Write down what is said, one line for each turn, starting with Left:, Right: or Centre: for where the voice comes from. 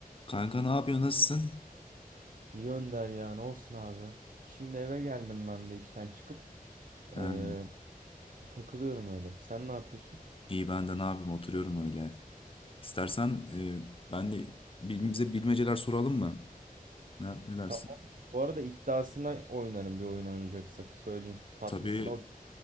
Left: Kanka ne yapıyorsun? Nasılsın?
Right: İyi Önder ya ne olsun abi. Şimdi eve geldim ben de işten çıkıp
Left: Ha,
Right: eee, takılıyorum öyle. Sen ne yapıyorsun?
Left: iyi ben de ne yapayım? Oturuyorum öyle. İstersen e, ben de birbirimize bilmeceler soralım mı? Ne, ne dersin?
Right: Tamam. Bu arada iddiasına oynarım bir oyun oynayacaksak söyleyeyim. Tatlısına
Left: Tabii,
Right: okey.